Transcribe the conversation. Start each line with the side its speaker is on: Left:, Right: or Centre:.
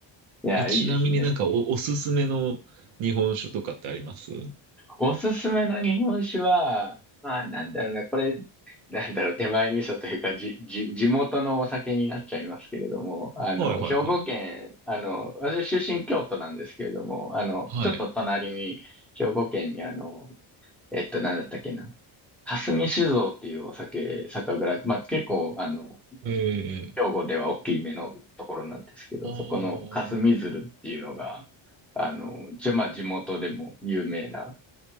Centre: いや、
Right: え、ちなみになんかお、
Centre: いいですね。
Right: おすすめの日本酒とかってありますは
Centre: おすすめの日本酒は、まあなんだろうな、これ、なんだろう、手前味噌というか、じ、じ、地元のお酒になっちゃいますけれども、あの、
Right: い、はい、はい。
Centre: 兵庫県、あの、私出身京都なんですけれども、あの、
Right: はい。
Centre: ちょっと隣に、兵庫県にあの、えっと、なんだったっけな、霞酒造っていうお酒、酒蔵、まあ結構、あの、
Right: ええ
Centre: 兵庫では大きめのところなんですけど、
Right: ああー、
Centre: そこの霞鶴っていうのが、あの、一応まあ地元でも有名な、